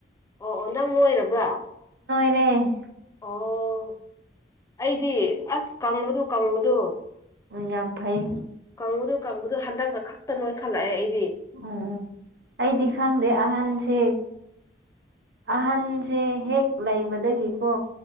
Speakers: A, on the left; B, on the right.
A: ꯑꯣ ꯑꯣ ꯅꯪ ꯂꯣꯏꯔꯕ꯭ꯔꯥ
B: ꯇꯦ
A: ꯑꯣ ꯑꯩꯗꯤ ꯑꯁ ꯀꯪꯕꯗꯨꯣ ꯀꯪꯕꯗꯨ
B: ꯌꯥꯝ ꯐꯩ
A: ꯀꯥꯡꯕꯨꯗ ꯀꯥꯡꯕꯨꯗ ꯍꯟꯗꯛꯅ ꯈꯛꯇ ꯅꯣꯏꯈꯠꯂꯛꯑꯦ ꯑꯩ
B: ꯎꯝ ꯑꯩꯗꯤ ꯈꯪꯗꯦ ꯑꯍꯟꯁꯦ ꯑꯍꯟꯁꯦ ꯍꯦꯛ ꯂꯩꯕꯗꯒꯤꯀꯣ